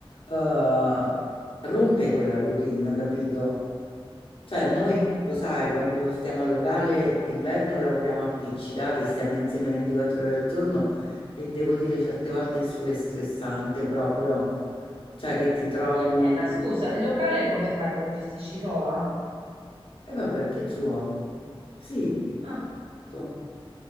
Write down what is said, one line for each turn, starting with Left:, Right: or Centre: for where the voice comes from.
Left: eh, rompe quella routine, capito? Cioè noi,
Right: Mm.
Left: lo sai, quando stiamo al locale d'inverno lavoriamo appiccicati, stiamo insieme 24 ore al giorno e devo dire certe volte è super stressante proprio, cioè che ti trovi...
Right: Eh, ma scusa, il locale come fai? Te lo gestisci sola?
Left: E vabbè, che ci vuole? Sì.
Right: Ah,
Left: Tutto.